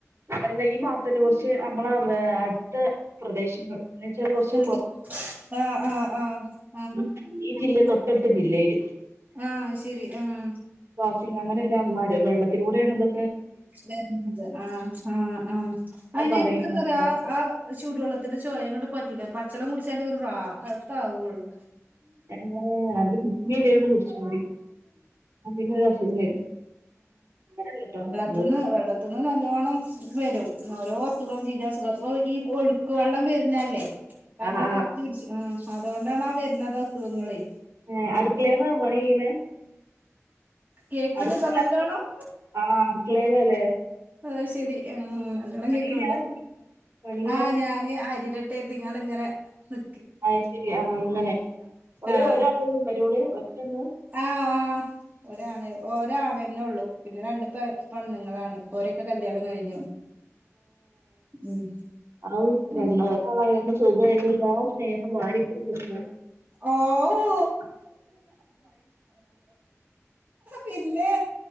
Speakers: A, on the right; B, on the right.
A: അല്ല ഈ മാതെ കുറിച്ച് നമ്മള അടുത്ത പ്രദേശങ്ങൾ. എന്ന് വെച്ചാൽ കുറച്ച്
B: ആഹ് ആഹ് ആഹ് ആഹ.
A: മ തില്ലെ തോ ട്ടടുത്ത ജില്ലയിയില്.
B: ആഹ് ശരി ഉം.
A: വാസിംഗ അങ്ങനല്ലേ അമ്മമാര് വെള്ളത്തിലൂടെയാണത്.
B: വര ആഹ് ആഹ് ആഹ്
A: ഞാൻ
B: അയിന്
A: പറയും
B: എനിക്ക് എന്താ
A: മക്കളോട്
B: പറയാ ആഹ് ആഹ് ചൂടുവെള്ളത്തിന്റെ ചോയ അങ്ങട്ട് പറ്റൂലേ പ അച്ചളം കുടിച്ചാല് ഇവ അർത്ഥമാവള്ളൂ.
A: ഏ നല്ല് ബിസ്മി ചൊല്ലിയാണ്ട് കുടിചോണ്ടി എന്ന പിന്നെ ഒരു അസുഖവും വരില്ല അങ്ങനല്ലട്ടോ. നമ്മള്
B: തിന്ന് വെള്ളത്തിന്ന് നല്ലോണ്ണം വെരും. ഓരോ അസുഖം ചീന അസുഖം ഇപ്പൊ ഈ ഒഴുക്ക് വെള്ളം വരുന്നല്ലേ. കാരണം
A: ആഹ് ആഹ്
B: കുത്തിച്ച് ആഹ്. അതുകൊണ്ടാണ് വരുന്നത് അസുഖങ്ങളെ.
A: ഏ അടുക്കളെന്നാ പണി ചെയ്യണേ?
B: കേക്കണുണ്ടോ
A: അടുക്കളേലാ
B: നല്ലോണം.
A: ആഹ് അടുക്കളേലല്ലേ
B: ആ ശെരി ആ നല്ലോണം
A: പണിയിലാ
B: കേക്കണോണ്ടോ
A: പണിയിലാ
B: ആ ഞാന് അരിടെ <unintelligible> ഇങ്ങനെ നി
A: അയിശെരി ആ അങ്ങനെ ഓരോ
B: ആഹ്
A: ഒരാളുള്ളൂ മരുമോള് ഒറ്റന്ന്
B: ആഹ് ആ ഒരാണ് ഒരാള്ളന്നെള്ളു പിന്നെ രണ്ട് പെ പെണ്ണുങ്ങളാണ് ഓരൊക്കെ കല്യാണം കഴിഞ്ഞു ഉം
A: <unintelligible> <unintelligible>
B: അങ്ങനെ
A: വേഗം വാരിക്കോരി തന്ന്
B: ആവൂ
A: <unintelligible>
B: പിന്നെ